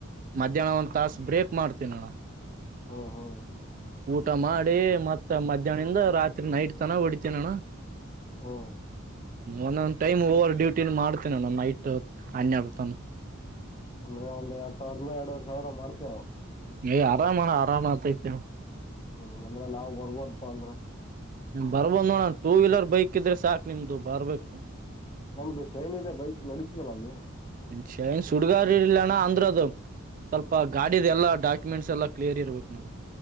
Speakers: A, on the right; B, on the left.
A: ಮಧ್ಯಾಹ್ನ ಒಂದ್ ತಾಸ ಬ್ರೇಕ್ ಮಾಡ್ತೀನ ನೋಣ
B: ಹ್ಮ ಹ್ಮ
A: ಊಟ ಮಾಡಿ ಮತ್ತ ಮಧ್ಯಾಹ್ನಿಂದ ರಾತ್ರಿ ನೈಟ್ ತನ ಹೊಡಿತನ ಅಣ್ಣ ಹ
B: ಹ್ಮ್
A: ಒಂದೊಂದ್ ಟೈಮ್ ಓವರ್ ಡ್ಯೂಟಿ ಮಾಡ್ತನ ಅಣ್ಣ ನೈಟ್ ಹನ್ನೆರಡು ತನ
B: ಅಂದ್ರೆ ಒಂದ್ ಎರಡ್ ಸಾವಿರದಂದ ಎರಡುೂರ್ ಸಾವಿರ ಮಾಡ್ತೇಾಯಾ
A: ಹೇ ಆರಾಮಣ ಆರಾಮ ಆತತೈ ಅಣ್ಣ
B: ಹ್ಮ್ ಅಂದ್ರೆ ನಾವ್ ಬರ್ಬೋದಪ್ಪಾ ಅಂದ್ರ
A: ಬರ್ಬೋದ್ ನೋಡಣನ್ ಟೂ ವೀಲರ್ ಬೈಕ್ ಇದ್ರೆ ಸಾಕ್ ನಿಮ್ದು ಬರ್ಬೇಕು
B: ನಮ್ದು ಶೈನ್ ಇದೆ ಬೈಕ್ ನಡೀತಿದ ಅಲ್ಲಿ
A: ಶ್ ಸುಡ್ಗಾರ್ ಇರ್ಲಣ್ಣ ಅಂದ್ರ ಅದು ಸ್ವಲ್ಪ ಗಾಡಿದ ಎಲ್ಲ ಡಾಕ್ಯುಮೆಂಟ್ಸ್ ಎಲ್ಲಾ ಕ್ಲಿಯರ್ ಇರ್ಬೇಕು ನೋಡ